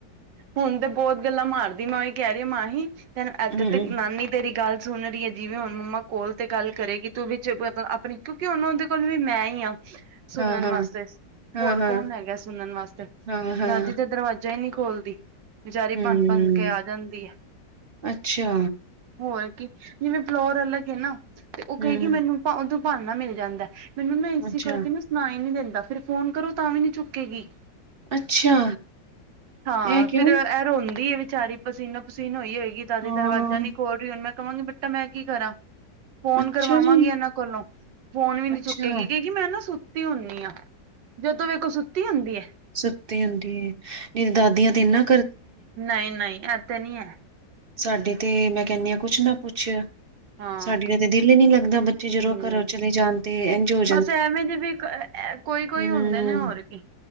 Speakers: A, on the right; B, on the right.
A: ਹੁਣ ਤੇ ਬਹੁਤ ਗੱਲਾਂ ਮਾਰਦੀ, ਮੈਂ ਉਹੀ ਕਹਿ ਰਹੀ ਮਾਹੀ ਤੇ ਇਦ
B: ਹੂੰ
A: ਤ ਨਾਨੀ ਤੇਰੀ ਗੱਲ ਸੁਣ ਰਹੀ ਏ, ਜਿਵੇਂ ਹੁਣ ਮੰਮਾ ਕੋਲ ਤੇ ਗੱਲ ਕਰੇਗੀ ਤੂੰ ਵੀ ਵਿਚ ਕਿਉਂਕਿ ਉਹਨਾਂ ਦੇ ਕੋਲ ਵੀ ਮੈਂ ਹੀ ਹਾਂ। <inaudible> ਸੁਣਨ
B: ਹਾਂ ਹਾਂ
A: ਵਾਸਤੇ
B: ਹਾਂ
A: ਹੋਰ
B: ਹਾਂ
A: ਕੌਣ ਹੈਗਾ ਸੁਣਨ ਵਾਸਤੇ?
B: ਹਾਂ ਹਾਂ
A: ਦਾਦੀ ਤੇ ਦਰਵਾਜ਼ਾ ਹੀ ਨਹੀਂ ਖੋਲਦੀ। ਬਚਾਰੀ
B: ਹੂੰ
A: ਭੰਨ- ਭੰਨ ਕੇ ਆ ਜਾਂਦੀ ਏ।
B: ਅੱਛਾ
A: ਹੋਰ ਕੀ ਜਿਵੇਂ ਫਲੋਰ ਅਲੱਗ ਨਾ ਤੇ ਉਹ
B: ਹੂੰ
A: ਕਹੇ ਕਿ ਮੈਨੂੰ ਉਦੋਂ ਭਾਨਾ ਮਿਲ ਜਾਂਦਾ। ਮੈਨੂੰ ਨਾ ਇਸੇ
B: ਅੱਛਾ
A: ਕਰਕੇ ਨਾ ਸੁਣਾਈ ਨੀ ਦਿੰਦਾ ਫਿਰ ਫੋਨ ਕਰੋ ਨਾ ਕਰੋ ਤਾਂ ਵੀ ਕਹੇਗੀ।
B: ਅੱਛਾ
A: ਹਾਂ।
B: ਇਹ ਕਿਉਂ
A: ਫਿਰ ਇਹ ਰੋਂਦੀ ਹੈ ਵਿਚਾਰੀ ਪਸੀਨੋ- ਪਸੀਨੋ ਹੀ ਹੋਏਗੀ ਦਾਦੀ
B: ਹਾਂ
A: ਦਰਵਾਜ਼ਾ ਨੀ ਖੋਲ ਦੀ। ਫਿਰ ਮੈਂ ਕਹਾਂਗੀ ਬੇਟਾ ਮੈਂ ਕੀ ਕਰਾਂ। ਫੋਨ
B: ਅੱਛਾ
A: ਕਰਵਾਵਾਂਗੀ
B: ਜੀ
A: ਇਹਨਾਂ ਕੋਲੋਂ, ਫੋਨ ਵੀ ਨੀ
B: ਅੱਛਾ
A: ਚੁੱਕੇਗੀ। ਕਹੇਗੀ ਕੀ ਮੈਂ ਨਾ ਸਕੂਲ ਸੁੱਤੀ ਹੁੰਨੀ ਆ। ਜਦੋਂ ਵੇਖੋ ਸੁੱਤੀ ਹੁੰਦੀ ਆ।
B: ਸੁੱਤੀ ਹੁੰਦੀ ਦਾਦੀਆਂ ਤੇ ਨਾ
A: ਨਹੀਂ ਨਹੀਂ ਇਥੇ ਨਹੀਂ ਹੈ।
B: ਸਾਡੇ ਤੇ ਮੈਂ ਕਹਿੰਦੀ ਹਾਂ ਕੁਛ ਨਾ ਕੁੱਛ।
A: ਹਾਂ
B: ਸਾਡੀ ਦਾ ਤੇ ਦਿਲ ਹੀ ਨੀ ਲੱਗਦਾ। ਤੇ ਜਦੋਂ
A: ਹਮ
B: ਘਰੋਂ ਚਲੇ ਜਾਂਦੀ ਏ। ਹੋ
A: ਬਸ ਐਵੇਂ ਜੇ ਵੀ ਆ, ਆ ਕੋਈ- ਕੋਈ
B: ਹੂੰ
A: ਹੁੰਦੇ ਨੇ ਹੋਰ ਕੀ।